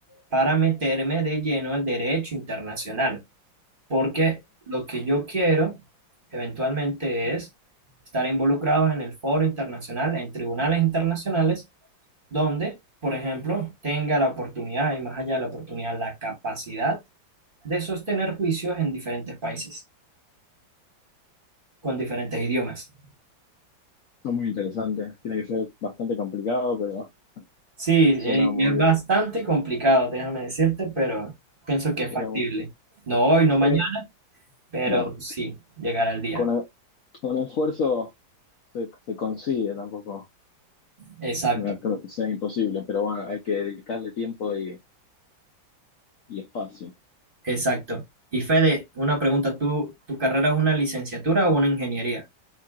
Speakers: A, on the right (about 30°); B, on the left (about 60°).
A: Para meterme de lleno al derecho internacional porque lo que yo quiero eventualmente es estar involucrados en el foro internacional, en tribunales internacionales, donde, por ejemplo, tenga la oportunidad y más allá de la oportunidad, la capacidad de sostener juicios en diferentes países, con diferentes idiomas.
B: Son muy interesantes. Tiene que ser bastante complicado, pero
A: Sí,
B: suena
A: e-
B: muy,
A: y es bastante complicado, déjame decirte, pero pienso que
B: suena
A: es factible.
B: muy
A: No hoy, no
B: Sí,
A: mañana, pero
B: no,
A: sí, llegará el día.
B: con, e- con esfuerzo se, se consigue tampoco.
A: Exacto.
B: No creo que sea imposible, pero bueno, hay que dedicarle tiempo y, y espacio.
A: Exacto. Y Fede, una pregunta, ¿tú, tu carrera es una licenciatura o una ingeniería?